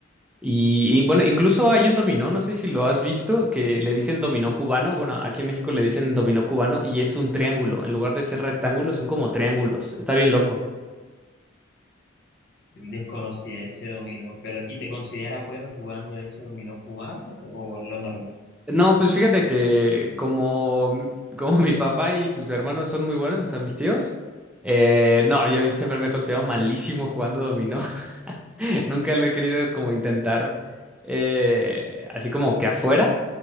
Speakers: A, in the centre; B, on the left.
A: Y, y, bueno, incluso hay un dominó, no sé si lo has visto, que le dicen dominó cubano. Bueno, aquí en México le dicen dominó cubano y es un triángulo. En lugar de ser rectángulos, son como triángulos. Está bien loco.
B: Sí, sí, desconocía ese dominó, pero ¿y te consideras bueno jugando ese dominó cubano o lo normal?
A: No, pues fíjate que como, <laughs> m- como mi papá y sus hermanos son muy buenos, o sea, mis tíos, eh, no, yo siempre me he considerado malísimo jugando dominó. <laughs> Nunca lo he querido como intentar eh, así como que afuera,